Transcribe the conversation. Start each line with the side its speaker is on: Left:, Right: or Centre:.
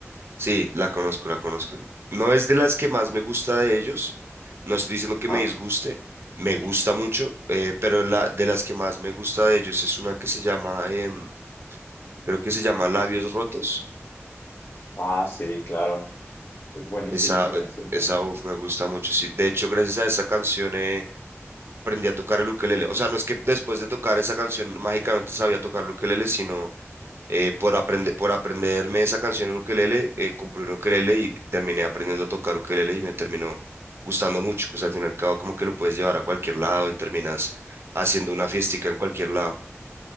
Right: Sí, la conozco, la conozco. No es de las que más me gusta de ellos. No estoy diciendo que
Left: Ah,
Right: me disguste. Me gusta mucho, eh, pero la, de las que más me gusta de ellos es una que se llama, em, creo que se llama Labios Rotos.
Left: ah, sí, claro. Es buenísima
Right: Esa,
Left: esa
Right: eh,
Left: canción
Right: esa,
Left: también.
Right: uf, me gusta mucho. Sí, de hecho, gracias a esa canción eh, aprendí a tocar el ukelele. O sea, no es que después de tocar esa canción mágicamente sabía tocar el ukelele, sino eh, por aprender, por aprenderme esa canción en ukelele, eh, compré un ukelele y terminé aprendiendo a tocar ukelele y me terminó gustando mucho, pues al fin y al cabo como que lo puedes llevar a cualquier lado y terminas haciendo una fiestica en cualquier lado.